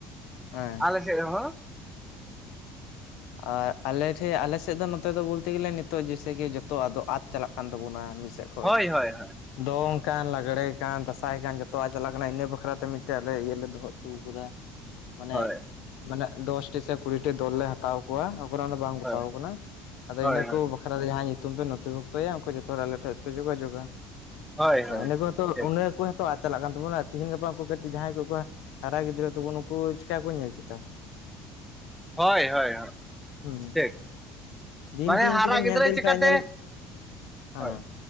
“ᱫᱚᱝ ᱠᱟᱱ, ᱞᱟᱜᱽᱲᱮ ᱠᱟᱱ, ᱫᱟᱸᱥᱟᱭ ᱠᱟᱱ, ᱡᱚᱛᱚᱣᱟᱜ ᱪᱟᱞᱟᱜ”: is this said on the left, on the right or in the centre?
Left